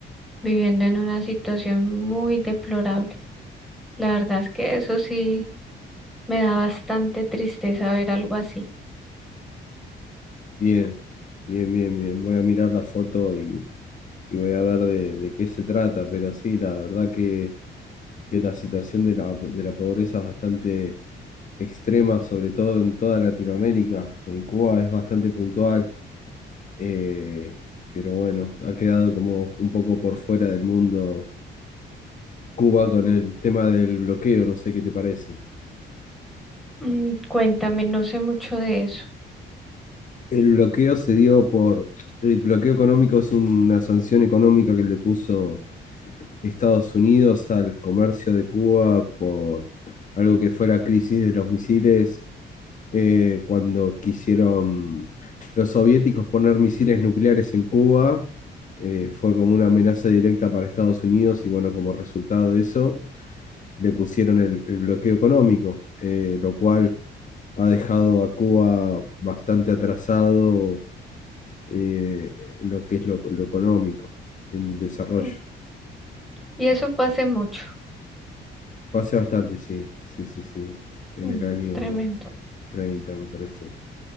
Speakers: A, in the centre; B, on the left.
A: viviendo en una situación muy deplorable. La verdad es que eso sí me da bastante tristeza ver algo así.
B: Bien, bien, bien, bien. Voy a mirar la foto y, y voy a ver de, de qué se trata, pero sí, la verdad que, que la situación de la, de la pobreza es bastante extrema, sobre todo en toda Latinoamérica. En Cuba es bastante puntual, eh, pero bueno, ha quedado como un poco por fuera del mundo Cuba con el tema del bloqueo, no sé qué te parece.
A: Mm, Cuéntame, no sé mucho de eso.
B: El bloqueo se dio por... El bloqueo económico es una sanción económica que le puso Estados Unidos al comercio de Cuba por algo que fue la crisis de los misiles, eh, cuando quisieron los soviéticos poner misiles nucleares en Cuba, eh, fue como una amenaza directa para Estados Unidos y bueno, como resultado de eso le pusieron el, el bloqueo económico, eh, lo cual ha dejado a Cuba bastante atrasado eh, en lo que es lo, lo económico, el desarrollo.
A: Mm. Y eso fue hace mucho.
B: Fue hace bastante, sí, sí, sí, sí, en
A: Mm,
B: el año
A: tremendo.
B: 30 me parece.